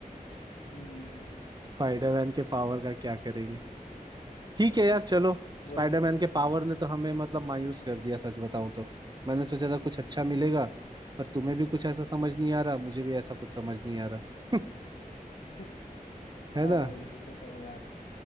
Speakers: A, on the left; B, on the right.
A: हम्म
B: स्पाइडरमैन के पावर का क्या करेंगे ठीक है यार चलो स्पाइडरमैन
A: वही ना
B: के पावर ने तो हमें मतलब मायूस कर दिया सच बताऊं तो मैंने सोचा था कुछ अच्छा मिलेगा पर तुम्हें भी कुछ ऐसा समझ नहीं आ रहा मुझे भी ऐसा कुछ समझ नहीं आ रहा
A: <laughs>
B: <laughs> है
A: हाँ
B: ना
A: भाई वो तो है यार